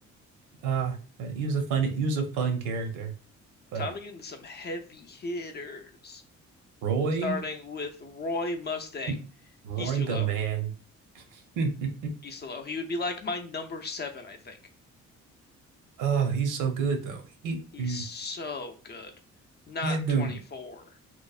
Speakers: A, on the right; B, on the left.
A: uh, but he was a fun he was a fun character. But
B: Time to get into some heavy hitters.
A: Roy,
B: starting with Roy Mustang.
A: <laughs> Roy
B: He's too
A: the
B: low.
A: man. <laughs>
B: He's too low. He would be like my number seven, I think.
A: Oh, he's so good though. He
B: He's
A: mm,
B: so good. Not
A: he had the
B: 24.